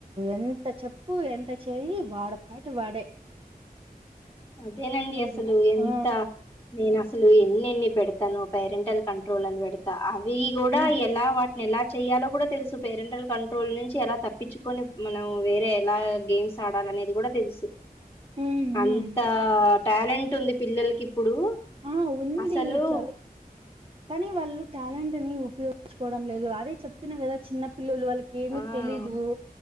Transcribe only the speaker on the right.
ఎంత చెప్పు ఎంత చెయి వాడపాటి వాడే
అట్లా
ఆ
ఉమ్
హ్మ్మ్
ఆ ఉంది
చ కానీ వాళ్ళు టాలెంట్ ని ఉపయోగించుకోవడం లేదు అదే చెప్తున్నా కదా చిన్న పిల్లలు వాళ్ళకి ఏమిీ
తెలీదు